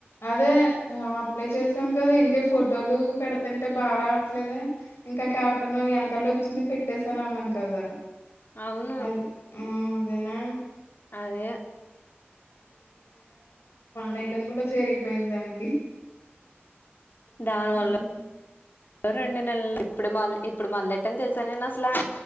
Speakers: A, on the left; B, on the left.
A: అదే అప్లై చేసాను కద, ఇంకే ఫోటోలు పెడతంటే బా రావట్లే. లేదే ఇంకా క్యాప్టను వెనకాలదొచ్చింది పెట్టేసానన్నాను కదా!
B: అవును
A: అది ఆ అదేనా
B: అదే
A: మేడం కూడ జరిగిపోయింది దానికి.
B: దాని
A: హ్మ్
B: వల్ల రండి నల్ ఇప్పుడు మ ఇప్పుడు మొదలెట్టాను తెలుసా నేను అసలు,